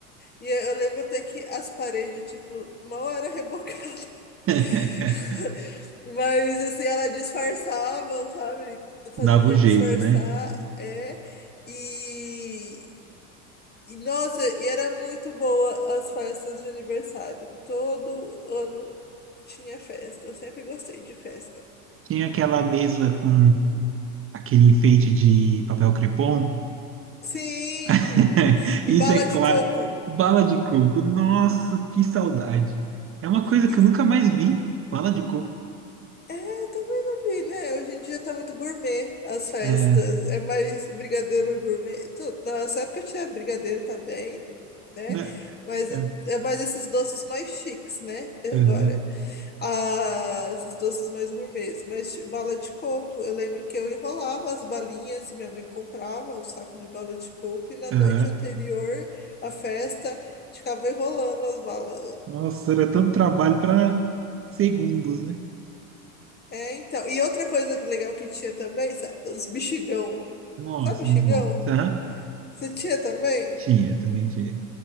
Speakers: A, on the left (about 25°); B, on the right (about 30°).
A: e eu lembro até que as paredes tipo mal era <laughs> rebocada.
B: <laughs>
A: <laughs> Mas assim, ela disfarçava, sabe? Fazia
B: Dava
A: um jeito
B: o jeito,
A: de disfarçar,
B: né?
A: é. E, e nossa, e era muito boa as festas de aniversário. Todo ano tinha festa. Eu sempre gostei de festa.
B: Tinha aquela mesa com aquele enfeite de papel crepom.
A: Sim!
B: <laughs>
A: E
B: Isso
A: bala
B: é claro.
A: de coco.
B: Bala de coco. Nossa, que saudade. É uma coisa
A: E,
B: que eu nunca mais vi. Bala de coco.
A: É, também não vi, né? Hoje em dia tá muito gourmet as festas.
B: É.
A: É mais brigadeiro gourmet. Tu- Na nossa época tinha brigadeiro também, né?
B: né?
A: Mas
B: É.
A: é mais esses doces mais chiques, né?
B: Aham,
A: Agora. Ah, esses doces mais gourmets. Mas ti- bala de coco, eu lembro que eu enrolava as balinhas, minha mãe comprava um saco de bala de coco e na
B: aham.
A: noite anterior à festa ficava enrolando as balas.
B: Nossa, era tanto trabalho para segundos, né?
A: É, então. E outra coisa legal que tinha também, sa- os bexigão.
B: Nossa,
A: Sabe bexigão?
B: muito bom. Aham.
A: Você tinha também?
B: Tinha, também tinha.